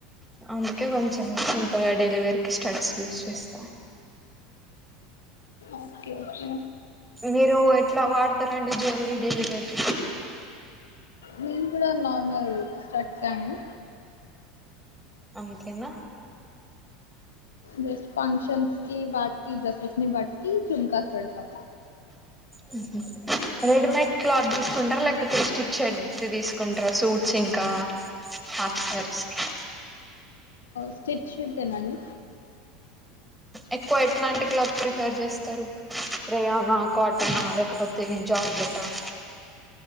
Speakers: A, in the centre; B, on the left.
A: అందుకే కొంచెం సింపుల్ గా డైలీ వేర్ కి స్టడ్స్ యూస్ చేస్తా
B: ఓకే ఓకే
A: మీరు ఎట్లా వాడతారండి జ్యులరీ డైలీ వేర్ కి?
B: నేను కూడా నార్మల్ స్టడ్స్ అండి
A: అంతేనా
B: జస్ట్ ఫంక్షన్స్ కి వాటి డ్రెస్సెస్ ని బట్టి జుమ్కా పెడ్తా
A: హ్మ్మ్ రెడీమేడ్ క్లాత్ తీసుకుంటారా లేకపోతే స్త్రీచెడ్ తీసుకుంటారా సూట్స్ ఇంకా హాఫ్ సారీస్ కి
B: స్త్రీచెడ్ దేనండి
A: ఎక్కువ ఎట్లాంటి క్లాత్ ప్రిఫర్ చేస్తారు రాయొనా కాటనా లేకపోతే జార్జట్ట ఆ?